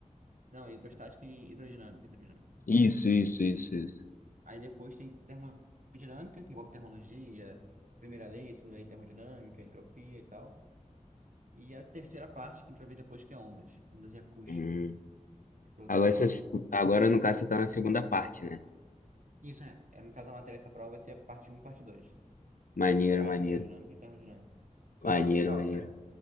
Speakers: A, on the right; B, on the left.
A: Não, hidrostática e hidrodinâmica, hidrodinâmica.
B: Isso, isso, isso, isso.
A: Aí depois tem termodinâmica, que envolve termologia, primeira lei, segunda lei de termodinâmica, entropia e tal. E a terceira parte, que a gente vai ver depois, que é ondas, ondas e acústica,
B: Hum.
A: que é para outra
B: Agora,
A: prova.
B: você- agora, no caso, você tá na segunda parte, né?
A: Isso é, é, no caso, a matéria dessa prova vai ser a parte um e parte dois Hidrostática,
B: Maneiro, maneiro.
A: hidrodinâmica e termodinâmica. Essa
B: Maneiro,
A: parte é legal,
B: maneiro.
A: cara.